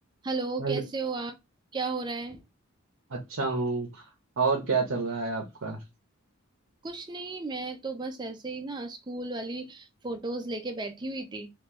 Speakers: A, on the right; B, on the right.
A: Hello
B: Hello
A: कैसे हो आप क्या हो रहा है
B: अच्छा हूँ और क्या चल रहा है आपका
A: कुछ नहीं मैं तो बस ऐसे ही ना स्कूल वाली फोटोज लेके बैठी हुई थी